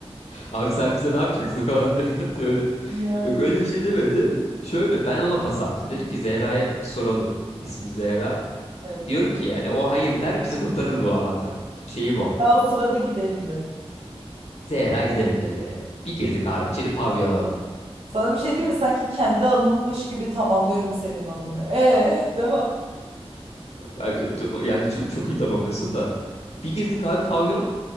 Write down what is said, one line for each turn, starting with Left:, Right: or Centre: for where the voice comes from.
Left: Abi sen bize ne yapacaksın falan diye <laughs> diyor öyle.
Right: Yani.
Left: Yok öyle bir şey demedi. Şöyle ben ona pas attım. Dedim ki Zehra'ya bir soralım. İsmi Zehra.
Right: Evet.
Left: Diyorum ki yani o hayır der bizi kurtarır bu alandan. Şeyi bu.
Right: Daha o sırada gidelim dedi.
Left: Zehra gidelim dedi. Bir girdik abi içeri pavyon.
Right: Sana bir şey diyeyim mi? Sanki kendi anımmış gibi tamamlıyorum senin anını. E <laughs> devam.
Left: Ay, Yani çok, çok iyi tamamlıyorsun da. Bir girdik abi pavyon.